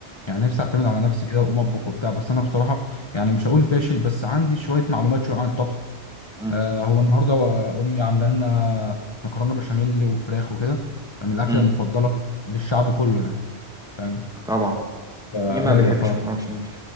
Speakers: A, on the left (about 30°); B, in the centre.
A: يعني نفسي اعتمد على نفسي كده واقوم اطبخ وبتاع بس انا بصراحه يعني مش هقول فاشل بس عندي شويه معلومات شويه عن الطبخ
B: مم.
A: آه هو النهارده و- امي عامله لنا مكرونه بشاميل وفراخ وكده من الاكله
B: مم.
A: المفضله للشعب كله يعني فاهم
B: طبعا
A: آه
B: مين ما بيحبش
A: ايوه
B: مكرونه بشاميل